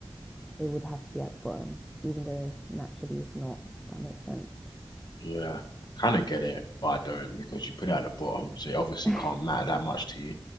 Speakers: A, in the centre; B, on the left.
A: it would have to be at the bottom, even though naturally it's not, if that makes sense.
B: yeah. I kind of get it, but I don't because you put it at the bottom. So it obviously
A: <laughs>
B: can't matter that much to you.